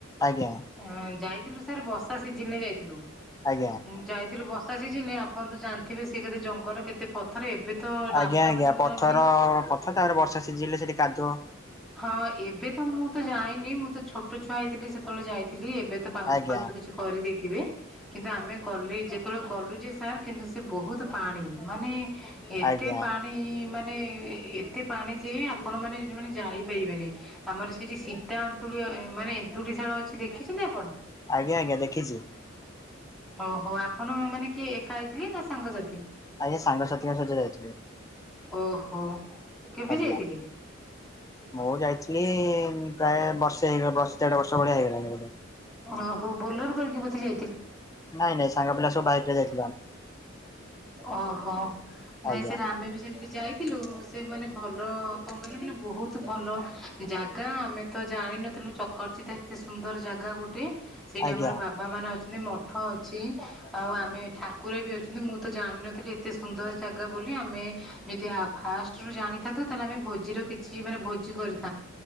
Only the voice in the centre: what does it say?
ଅ ଯାଇଥିଲୁ ସାର୍ ବର୍ଷା ସିଜିନରେ ଯାଇଥିଲୁ
ଉଁ-ଯାଇଥିଲୁ ବର୍ଷ୍ ର୍ଷା ସିଜିନରେ ଆପଣ ତ ଜାଣିଥିବେ ସେ କେତେ ଜଙ୍ଗଲ କେତେ ପଥର ଏବେ ତ ରାସ୍ତା
ବୋଧେ ମତେ
ଚି
ହଁ ଏବେତ ମୁଁ ତ ଯାଇନି ମୁଁ ତ ଛୋଟ ଛୁଆ ହେଇଥିଲି ସେତେବେଳେ ଯାଇଥିଲି ଏବେ ତ ପାଉଛ
ଫାଉଛ କିଛି କରିଦେଇଥି ଥିବେ କିନ୍ତୁ ଆମେ ଗଲେ ଯେତେବେଳେ ଗଲୁ ଯେ ସାର୍ କିନ୍ତୁ ସେ ବୋହୁତ ପାଣି ମାନେ ଏତେ
ପାଣି ମାନେ ଏ-ଏତେ ପାଣି ଯେ ଆପଣ ମାନେ ଯୋଉ ମାନେ ଯାଇପାରିବେନି ଆମର ସେଠି ସୀତା ଅନ୍ତୁଳି ଅ ଅ-ମାନେ ଏନ୍ତୁଡିଶାଳ ଅଛି ଦେଖିଚନ୍ତି ଆପଣ?
ଓହୋ ଆପଣ ମାନେ କିଏ ଏକା ଯାଇଥିଲେ ନା ସାଙ୍ଗସାଥି?
ଓହୋ। କେବେ
ଯାଇଥିଲେ?
ଓହୋ ବୋଲୋର କରିକି ବୋଧେ ଯାଇ
ଓହୋ ନାଇଁ
ସେଟା ଆମେ ବି ସେମତି ଯାଇ ଥିଲୁ ସେ ମାନେ ଭଲ କଣ କହିଲେ ମାନେ ବୋହୁତୁ ଭଲ ଜାଗା ଆମେ ତ ଜାଣିନଥିଲୁ ଚକରଚିତ ଏତେ ସୁନ୍ଦର ଜାଗା ଗୋଟେ ସେଇଠି
ଆମର ବାବା ମାନେ ଅଛନ୍ତି ମ ମଠ ଅଛି ଆଉ ଆମେ ଏ ଠାକୁରେ ବି ଅଛନ୍ତି ମୁଁ ତ ଜାଣିନଥିଲି ଏତେ ସୁନ୍ଦର ଜାଗା ବୋଲି ଆମେ ଯଦି ଆ-ଫାଷ୍ଟ୍ ଷ୍ଟରୁ ଜାଣିଥାନ୍ତୁ ତାହେଲେ ଆମେ ଭୋଜିର କିଛି ମାନେ ଭୋଜି କରିଥା